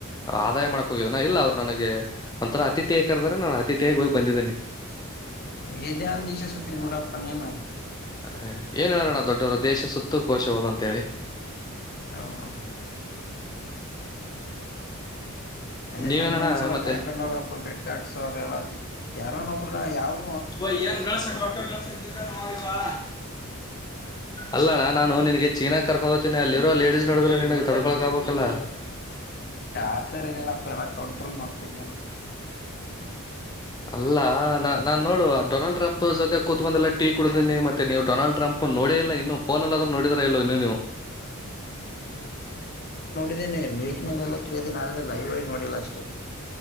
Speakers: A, on the left; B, on the left.
A: ಆದಾಯ ಮಾಡಕ ಹೋಗಿದನ ಇಲ್ಲ ಅವ್ರು ನನಗೆ ಒಂಥರ ಅತಿಥಿಯ ಕರ್ದ್ರ ನಾನು ಅತಿಥಿಯೇಗ್ ಹೋಗಿ ಬಂದಿದ್ದೀನಿ
B: ಭೇಜ ದಶ ಸ ಗಡಪ್ಪ ಎಏಲ್ಲ
A: ಹ ಏನ್ ಹೇಳಾರಣ ದೊಡ್ಡವರು ದೇಶ ಸುತ್ತೂ ಕೋಶ ಹೋದಂತ ಹೇಳಿ
B: ಹೌದೌದು ಅದೇ
A: ನೀವೇನಣ್ಣ
B: ನಮ್ ಒಂದ್ಸಲ
A: ಮತ್ತೆ
B: ಕರ್ಕೊಂಡ್ೋಗಪಟ್ಟು ಕ್ಸ್ ಅವ ಎಲ್ಲ ಯಾರನೊಬ್್ರ ಯಾವ್ದ
A: ಬಯ ಏನ್ ಗಳಸಕ್ ರೊಕ ಗಳಸಕ್ ನವಾ ಅಲ್ಲಣ್ಣ ನಾನು ನಿನಗೆ ಚೀನಾಾಗ ಕರ್ಕೊಂಡ ಹೋಗ್ತೀನಿ ಅಲ್ಲಿರೋ ಲೇಡಿಸಸ್ ನೋಡಿದ್ರೆ ನನ್ಗ್ ತಡ್ಕೊಳಕ್ ಆಗ್ಬೇಕಲ್ಲ
B: ಆತರ ಇಲ್ಲಪ್ಪ ಎಲ್ಲ ಕಂಟ್ರೋಲ್ ಮಾಡ್ತೀನಿ ನ
A: ಅಲ್ಲಾ ನಾ ನಾನ್ ನೋುವ ಡೊನಾಲ್ಡ್ ಟ್ರಂಪ್ ಜೊತೆ ಕೂತ್ ಬಂದ ಎಲ್ಲ ಟಕ್ ಕೊಡ ಮತ್ತೆ ನೀವು ಡೊನಾಲ್ಡ್ ಟ್ರಂಪ್ ನೋಡಿ ಇಲ್ಲ ಇನ್ನು ಫೋನಲ್ಲಾದ್ರೂ ನೋಡಿದಾರ ಇಲ್ಲ ಇನ್ನು ನೀವು
B: ೀನನೆ ನೀಟ್ನಲೆಲ್ಲ ಕೇಳ್ದೀನಿ ಆದ್ರೆ ಲೈವ್ ಆಗಿ ನೋಡಿಲ್ಲ ಅಷ್ಟೇ